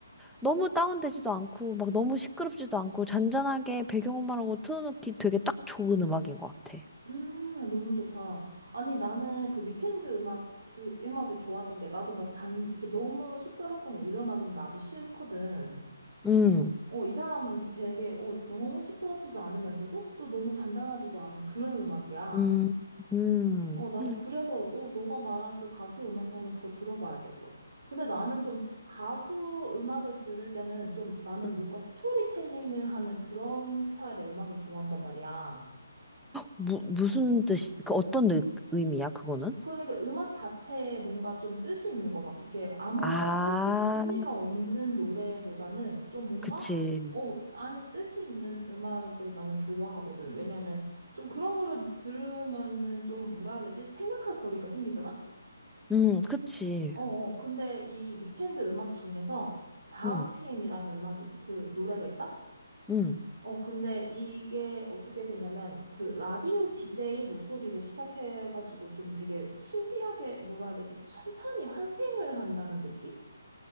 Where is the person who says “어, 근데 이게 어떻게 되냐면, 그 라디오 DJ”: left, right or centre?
Right